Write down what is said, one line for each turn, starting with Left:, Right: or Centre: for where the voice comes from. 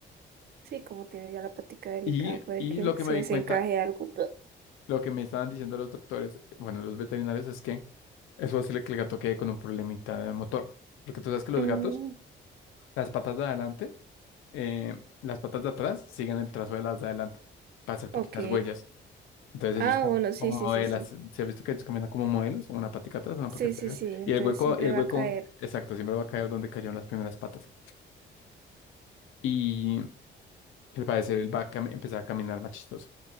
Right: Sí, como tiene ya la plática delicada,
Left: Y,
Right: puede
Left: y
Right: que
Left: lo que
Right: se
Left: me di
Right: desencaje
Left: cuenta,
Right: algo. <clears throat>
Left: lo que me estaban diciendo los doctores, bueno, los veterinarios, es que es posible que el gato quede con un problemita de motor. Porque tú sabes que los
Right: Mm,
Left: gatos, las patas de adelante, eh, las patas de atrás siguen el trazo de las de adelante para hacer poquitas
Right: ok.
Left: huellas. Entonces
Right: Ah,
Left: ellos también
Right: bueno, sí,
Left: como
Right: sí,
Left: modelos.
Right: sí, sí.
Left: se ha visto que ellos caminan como modelos, una patica atrás, una
Right: Sí,
Left: patica
Right: sí,
Left: atrás,
Right: sí, entonces
Left: y el hueco,
Right: siempre
Left: y el
Right: va
Left: hueco,
Right: a caer.
Left: exacto, siempre va a caer donde cayeron las primeras patas. Y al parecer él va a cam- empezar a caminar más chistoso,